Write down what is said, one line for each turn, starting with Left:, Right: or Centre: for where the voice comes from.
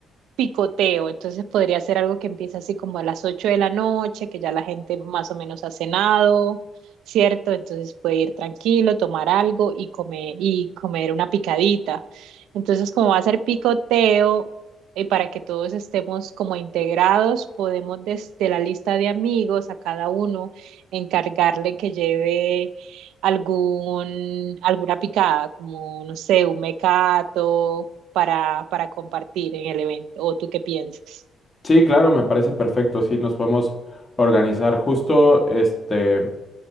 Right: picoteo, entonces podría ser algo que empiece así como a las 8 de la noche, que ya la gente más o menos ha cenado, ¿cierto? Entonces puede ir tranquilo, tomar algo y comer, y comer una picadita. Entonces, como va a ser picoteo, y para que todos estemos como integrados, podemos desde la lista de amigos a cada uno encargarle que lleve algún, alguna picada, como, no sé, un mecato para, para compartir en el evento. ¿O tú qué piensas?
Left: Sí, claro, me parece perfecto. Sí, nos podemos organizar. Justo, este,